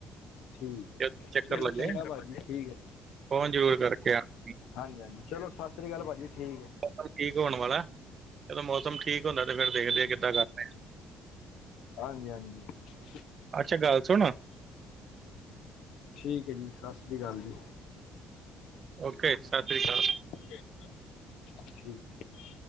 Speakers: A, on the left; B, on the right.
A: ਠੀਕ
B: ਜੇ ਚੱਕਰ
A: ਚਲੋ
B: ਲੱਗੇ
A: ਚੰਗਾ ਭਾਜੀ ਠੀਕ ਐ।
B: ਫੋਨ ਜ਼ਰੂਰ ਕਰਕੇ ਆਣਾ
A: ਹਾਂਜੀ-ਹਾਂਜੀ ਚਲੋ ਸਤਿ ਸ੍ਰੀ ਅਕਾਲ ਭਾਜੀ। ਠੀਕ ਹੈ
B: ਮੌਸਮ ਠੀਕ ਹੋਣ ਵਾਲਾ ਚਲੋ ਮੌਸਮ ਠੀ ਹੁੰਦਾ ਤੇ ਫੇਰ ਦੇਖਦੇ
A: ਠੀਕ
B: ਆ
A: ਹੈ
B: ਕਿੱਦਾਂ ਕਰਨੇ ਆ।
A: ਹਾਂਜੀ ਹਾਂਜੀ <inaudible>
B: ਅੱਛਾ ਗੱਲ ਸੁਣ
A: ਠੀਕ ਐ ਜੀ ਸਤਿ ਸ਼੍ਰੀ ਅਕਾਲ ਜੀ।
B: ਓਕੇ ਸਤਿ
A: ਠੀਕ
B: ਸ੍ਰੀ ਅਕਾਲ
A: ਓਕੇ ਸਤਿ ਸ਼੍ਰੀ ਆਕਾਲ ਠੀਕ <inaudible>